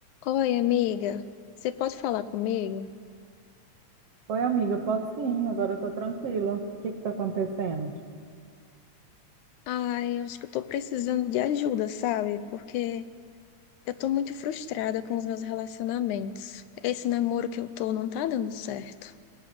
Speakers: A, on the left (about 85°); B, on the right (about 60°).
A: Oi, amiga, você pode falar comigo?
B: Oi, amiga, posso sim, agora eu tô tranquila. O que que tá acontecendo?
A: Ai, eu acho que eu tô precisando de ajuda, sabe? Porque eu tô muito frustrada com os meus relacionamentos. Esse namoro que eu tô não tá dando certo.